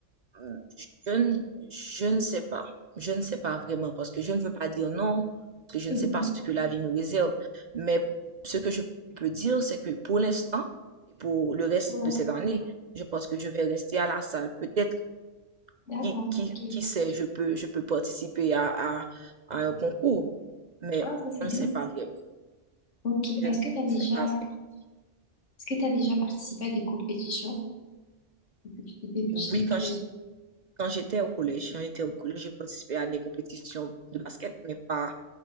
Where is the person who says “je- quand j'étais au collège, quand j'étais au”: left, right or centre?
Right